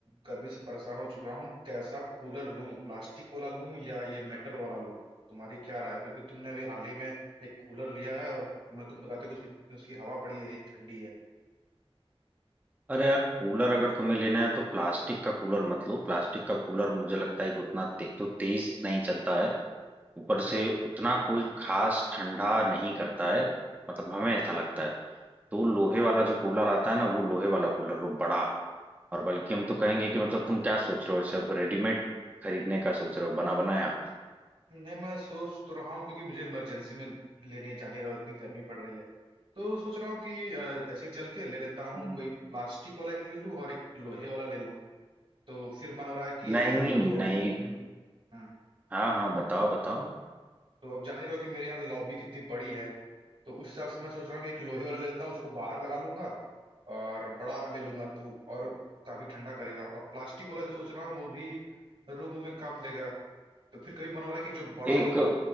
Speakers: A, on the right; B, on the right.
A: गर्मी से परेशान हो चुका हूँ कैसा कूलर लूं प्लास्टिक वाला लूं या ये मेटल वाला लूं तुम्हारी क्या राय है क्योंकि तुमने अभी हाल ही में एक कूलर लिया है और मैं तुम बताते हो कि उसकी उसकी हवा बड़ी है ठंडी है
B: अरे यार कूलर अगर तुम्हें लेना है तो प्लास्टिक का कूलर मत लो प्लास्टिक का कूलर मुझे लगता है कि उतना एक तो तेज नहीं चलता है ऊपर
A: अच्छा
B: से उतना कोई खास ठंडा नहीं करता है मतलब हमें ऐसा लगता है तो लोहे वाला जो कूलर आता है ना वो लोहे वाला कूलर लो बड़ा और बल्कि हम तो कहेंगे कि मतलब तुम क्या सोच रहे हो इसे अब रेडीमेड खरीदने का सोच रहे हो बना बनाया
A: नहीं मैं सोच तो रहा हूँ क्योंकि मुझे इमरजेंसी में लेनी है जानी रहो इतनी गर्मी पड़ रही है तो सोच रहा हूँ कि अ, ऐसे चल के ले लेता हूँ
B: हम्म।
A: कोई प्लास्टिक वाला एक ले लूँ और एक लोहे वाला ले लूँ तो फिर मन हो रहा है कि
B: नहीं
A: या तो दोनों
B: नहीं
A: हम्म, हाँ
B: हाँ हाँ बताओ बताओ
A: तो अब जान ही रहो कि मेरे यहाँ लॉबी कितनी बड़ी है तो उस हिसाब से मैं सोच रहा हूँ कि एक लोहे वाला ले लेता हूँ उसको बाहर लगा लूंगा और बड़ा ले लूंगा तू और काफी ठंडा करेगा और प्लास्टिक वाला जो सोच रहा हूँ वो भी रूम में काम देगा तो फिर कभी मन हो रहा है कि जो बड़ा
B: एक
A: वाला